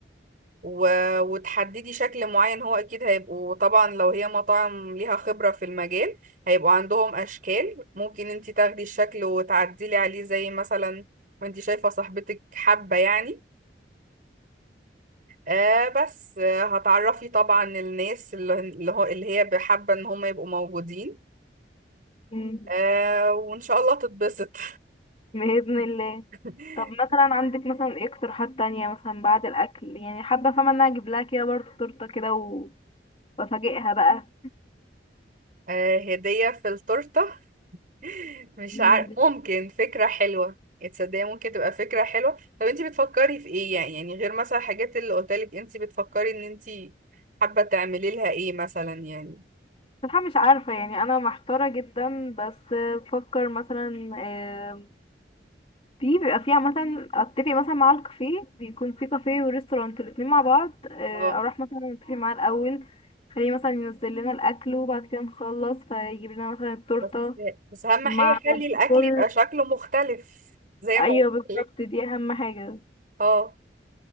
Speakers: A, on the right; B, on the left.
A: و- وتحددي شكل معين هو اكيد هيبقوا طبعا لو هي مطاعم ليها خبرة في المجال هيبقوا عندهم اشكال ممكن انتي تاخدي الشكل وتعدلي عليه زي مثلا ما انتي شايفة صاحبتك حابة يعني آه بس آه هتعرفي طبعا الناس اللي اللي هو اللي هي حابة ان هم يبقوا موجودين
B: مم.
A: آه وان شاء الله تتبسط
B: بإذن الله
A: <laughs>
B: طب مثلا عندك مثلا ايه اقتراحات تانية مثلا بعد الأكل يعني حابة فاهمة ان انا اجيب لها كده برضو تورتة كده و- وافاجئها بقى
A: آه هدية في التورتة <laughs> مش
B: مم.
A: عارف ممكن فكرة حلوة تصدقي ممكن تبقى فكرة حلوة طب انتي بتفكري في ايه يعني يعني غير مثلا الحاجات اللي قلتلك انتي بتفكري ان انتي حابة تعملي لها ايه مثلا يعني
B: صراحة مش عارفة يعني أنا محتارة جدا بس بفكر مثلا آه، في بيبقى فيها مثلا أتفق مثلا مع الكافيه بيكون في كافيه وريستورانت الاتنين مع بعض آه،
A: اه
B: أروح مثلا أتفق معاه الأول خليه مثلا ينزل لنا الأكل وبعد كده نخلص فيجيب لنا مثلا التورتة
A: بس بس اهم
B: مع
A: حاجة خلي
B: الفطور
A: الاكل يبقى شكله مختلف زي
B: أيوه
A: ما قلت
B: بالظبط
A: لك
B: دي أهم حاجة
A: اه